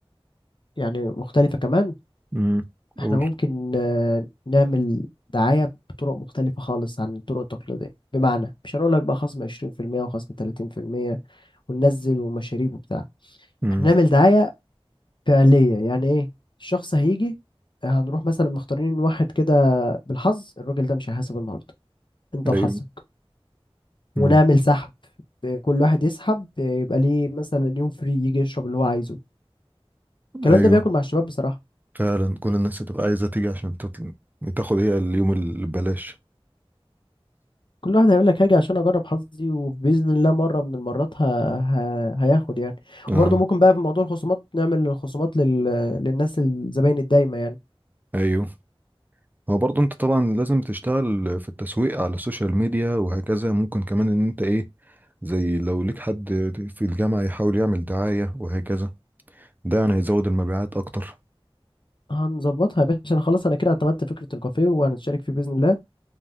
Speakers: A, on the left (about 50°); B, on the right (about 20°).
A: يعني مختلفة كمان
B: امم قول
A: احنا ممكن آه، نعمل دعاية بطرق مختلفة خالص عن الطرق التقليدية بمعنى مش هنقول لك بقى خصم 20% وخصم 30% وننزل ومشاريب وبتاع
B: امم
A: هنعمل دعاية فعلية يعني ايه الشخص هيجي هنروح مثلا مختارين واحد كده بالحظ الراجل ده مش هيحاسب النهارده انت وحظك
B: ايوه
A: ونعمل
B: امم
A: سحب كل واحد يسحب يبقى ليه مثلا يوم فري يجي يشرب اللي هو عايزه الكلام
B: ايوه
A: ده بياكل مع الشباب بصراحة
B: فعلا كل الناس هتبقى عايزه تيجي عشان تطل... تاخد هي اليوم اللي ببلاش
A: كل واحد هيقول لك هاجي عشان اجرب حظي وباذن الله مره من المرات ه... ه... هياخد يعني
B: اه
A: وبرضه ممكن بقى في موضوع الخصومات نعمل خصومات لل... للناس الزباين الدايمه يعني
B: ايوه هو برضه انت طبعا لازم تشتغل في التسويق على السوشيال ميديا وهكذا ممكن كمان ان انت ايه زي لو ليك حد في الجامعه يحاول يعمل دعايه وهكذا ده يعني هيزود المبيعات اكتر
A: هنظبطها يا باشا انا خلاص انا كده اعتمدت فكره الكافيه وهنتشارك فيه باذن الله